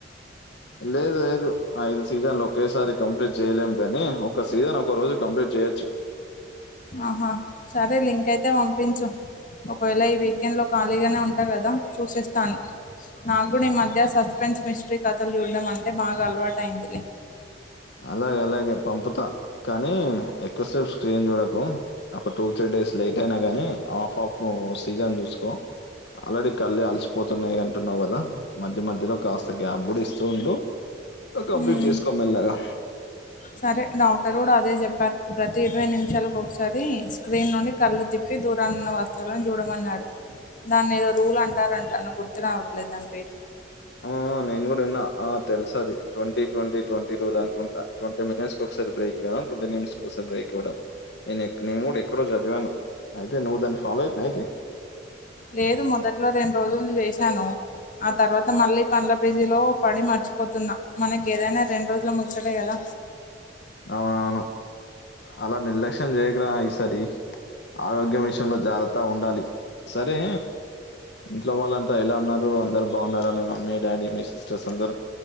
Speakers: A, on the left; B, on the left.
A: లేదు లేదు ఐదు సీజన్లు ఒకేసారి కంప్లీట్ చేయలేము గనీ ఒక్క సీజన్ ఒకో రోజు కంప్లీట్ చేయొచ్చు
B: ఆహా సరే లింక్ అయితే పంపించు ఒకవేళ ఈ వీకెండ్ లో ఖాళీగనే ఉంటా కదా చూసేస్తాను నాగ్గుడ ఈ మధ్య సస్పెన్స్ మిస్టరీ కథలు చూడ్డం అంటే బాగ అలవాటయిందిలె
A: అలాగే అలాగే పంపుతా కనీ ఎక్కువసేపు స్క్రీన్ చూడకు ఒక టూ త్రీ డేస్ లేట్ అయినా గనీ ఆఫ్ ఆఫ్ సీజన్ చూసుకో ఆల్రెడీ కళ్ళే అలసిపోతున్నయి అంటున్నవు గదా మధ్య మధ్యలొ కాస్త గ్యాప్ గుడ ఇస్తూ ఉండు కంప్లీట్
B: మ్మ్
A: చేసుకో మెల్లగా
B: సరే డాక్టర్ గూడ అదే చెప్పారు ప్రతి ఇరవై నిమిషాలకు ఒకసారి స్క్రీన్ నుండి కళ్ళు తిప్ పి దూరానున్న వస్తువులను చూడమన్నారు దాన్ని ఏదో రూల్ అంటారంటా నాకు గుర్తు రావట్లేదు దాని పేరు
A: ఆ నేను కూడా విన్నా ఆ తెలుసు అది ట్వంటీ ట్వంటీ ట్వంటీ రూలు అనుకుంటా ట్వంటీ మినిట్స్ కు ఒకసారి బేక్ ఇయ్యాలం ట్వంటీ మినిట్స్ కోసారి బ్రేక్ ఇవ్వడం నేనెక్ నేను కూడా ఎక్కడో చదివాను అయితే నువ్వు దాన్ని ఫాలో ఐతున్ అయితే
B: లేదు మొదట్లో రెండు రోజులు జేసాను ఆ తర్వాత మళ్ళీ పనుల బీజీలో పడి మర్చిపోతున్నా మనకి ఏదైనా రెండు రోజుల ముచ్చటే కదా
A: అవునవును అలా నిర్లక్ష్యం చెయ్యకురా ఈ సారి ఆరోగ్యం విషయంలో జాగ్రత్తగా ఉండాలి సరే ఇంట్లో వాళ్ళంతా ఎలా ఉన్నారు అందరూ బావున్నారా మీ మమ్మీ డాడీ మీ సిస్టర్స్ అందరూ